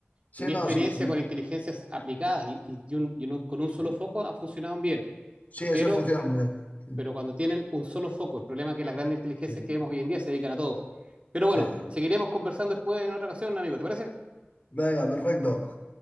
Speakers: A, on the right; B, on the left.
A: mi
B: Sí,
A: experiencia
B: no, sí, sí.
A: con inteligencias aplicadas y, y un- y un- con un solo
B: Sí,
A: foco ha funcionado bien,
B: Sí, esa
A: pero,
B: funciona muy bien. Sí,
A: pero cuando tienen un solo foco, el problema es que las grandes inteligencias
B: sí,
A: que vemos hoy en día se dedican a todo. Pero bueno,
B: sí. sí.
A: seguiremos conversando después en otra ocasión, amigo, ¿te parece?
B: Venga, perfecto.